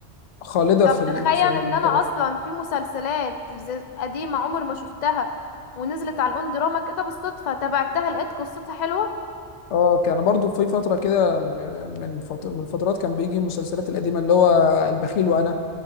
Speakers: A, on the left; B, on the left.
A: خالدة
B: طب
A: في ال...
B: تخيل
A: في التاريخ
B: ان انا اصلا في مسلسلات زي- قديمة عمر ما شفتها ونزلت على الاون دراما كده بالصدفة تابعتها لقيت قصتها حلوة
A: اه كان برضو في فترة كده م- من فت... من فترات كان بيجي المسلسلات القديمة اللي هو البخيل وأنا